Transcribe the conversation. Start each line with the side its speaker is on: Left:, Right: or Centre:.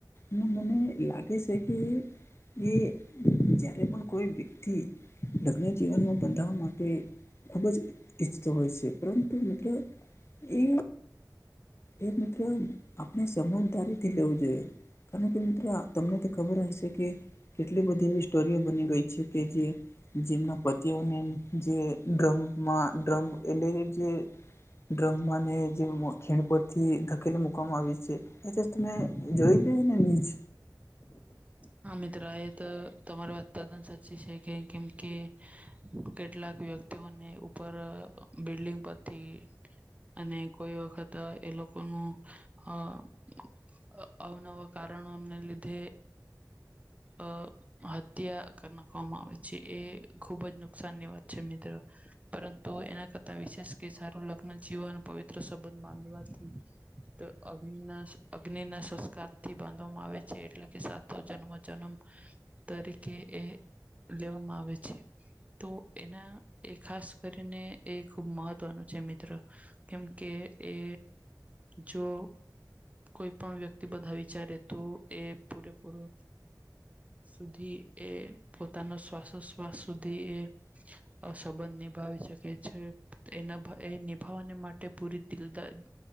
Left: એમાં મને લાગે સે કે એ જ્યારે પણ કોઈ વ્યક્તિ લગ્ન જીવનમાં બંધાવા માટે ખૂબ જ ઈચ્છતો હોય છે. પરંતુ મતલબ એ એ મિત્ર આપણે સમજદારી થી લેવું જોઈએ. કારણ કે મિત્ર તમને તો ખબર જ હશે, કે કેટલી બધી એવી સ્ટોરીઓ બની ગઈ છે, કે જે જેમના પતિઓને જે ડ્રમમાં ડ્રમ એટલે કે જે ડ્રમમાંને જે ખીણ પરથી ધકેલી મુકવામાં આવી છે. <unintelligible> જોઈ લેઈ ને નીચ
Right: હા મિત્ર. એ તો તમારી વાત તદન સાચી છે. કે કેમ કે કેટલાક વ્યક્તિઓને ઉપર બિલ્ડિંગ પરથી અને કોઈ વખત એ લોકોનું અહ અહ અવનવા કારણોને લીધે અહ હત્યા કર નાખવામાં આવે છે. એ ખુબ જ નુકસાનની વાત છે મિત્ર. પરંતુ એના કરતા વિશેષ કે સારું લગ્ન જીવન, પવિત્ર સંબંધ બાંધવાથી તો અગ્નિના અગ્નિના સંસ્કારથી બાંધવામાં આવે છે. એટલે કે સાત ત જન્મોજન્મ તરીકે એ લેવામાં આવે છે. તો એના એ ખાસ કરીને એ ખુબ મહત્વનું છે મિત્ર. કેમ કે એ જો કોઈ પણ વ્યક્તિ બધા વિચારે તો એ પૂરે પૂરો સુધી એ પોતાનો શ્વાસોશ્વાસ સુધી એ
Left: <inaudible>
Right: અહ સંબંધ નિભાવી શકે છે. તેના ભ એ નિભાવવાને માટે પૂરી દિલદાર